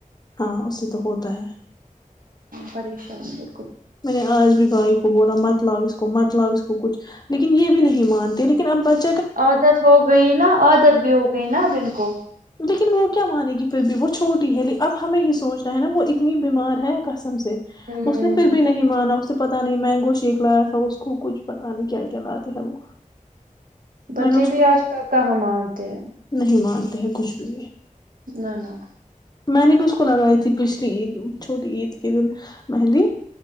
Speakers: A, on the left (about 30°); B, on the right (about 80°).
A: ہاں اس سے تو ہوتا ہے
B: پریشانی
A: م آج بھی بائی بولا مت لؤ اس کو مت لؤ اس کو کچھ لیکن یہ بھی نہیں مانتے لیکن اب بچے
B: عادت ہو گئی نا عادت بھی ہوگی بین ابن کو
A: لیکن وہ کیا مانے گی پھر بھی وہ چھوٹی ہے ل اب ہمیں ہی سوچنا ہے نا وہ اتنی بیمار ہے کس سے
B: ہوں
A: اس نے پھر بھی نہیں مانا اس سے پتا نہیں مینگو شیک لایا تھا اس کو کچھ پتا نہیں کیا کیا لاتے ہیں وہ
B: بچے
A: میں نے اس
B: بھی
A: کو
B: آج ک کااں مانتے ہیں
A: نہیں مانتے ہیں کچھ بھی
B: <inaudible>
A: میں نے بالکل لگائی تھی پچھلی عید چھوٹی عید کے دن مہندی